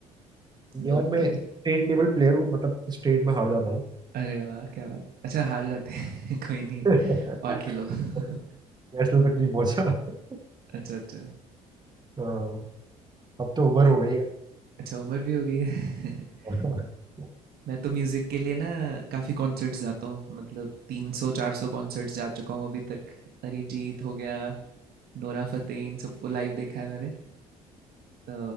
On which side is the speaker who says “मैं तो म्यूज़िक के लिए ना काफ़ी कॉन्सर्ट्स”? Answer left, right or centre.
Right